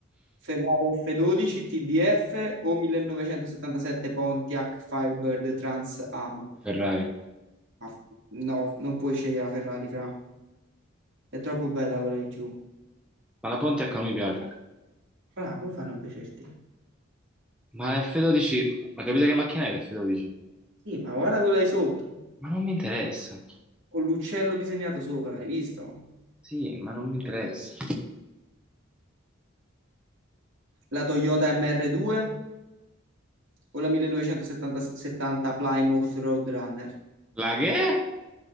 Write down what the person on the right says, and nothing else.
Ferrari F12 TDF o 1977 Pontiac Firebird Trans Am.
Ma- no, non puoi scegliere la Ferrari, fra. È troppo bella quella di giù.
Fra, come fanno a piacerti?
Sì, ma guarda quella di sotto.
Con l'uccello disegnato sopra, hai visto?
La Toyota MR2 o la 1970 70 Plymouth Roadrunner?